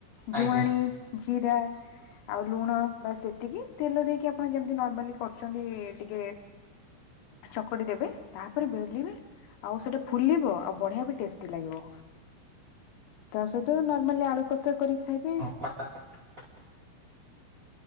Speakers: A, on the left; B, on the right.
A: ଜୁଆଣି
B: ଆଜ୍ଞା ଆଜ୍ଞା
A: ଜିରା ଆଉ ଲୁଣ ବା ସେତିକି ତେଲ ଦେଇକି ଆ ଆପଣ ଯେମତି ନର୍ମାଲି କରୁଛନ୍ତି ଟିକେ ଚକଟି ଦେବେ ତାପରେ ବେଲିବେ। ଆଉ ସେଟା ଫୁଲିବ ଆଉ ବଢିଆ ବି ଟେଷ୍ଟି ଲାଗିବ। ତା ସହିତ ନର୍ମାଲି ଆଳୁ କଷା କରିକି ଖାଇବେ।
B: <inaudible>